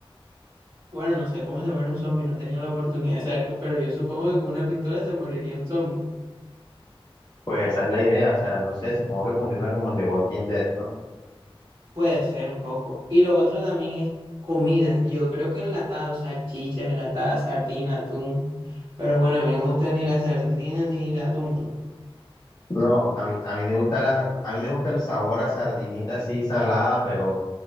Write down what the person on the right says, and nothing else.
Bueno, no sé cómo se muere un zombie, no he tenido la oportunidad de saber, co- pero yo supongo que con una pistola se moriría un zombie.
Puede ser un poco. Y lo otro también es comida. Yo creo que enlatados, salchichas, enlatadas, sardina, atún. Pero bueno, a mí no me gusta ni la sardina ni el atún.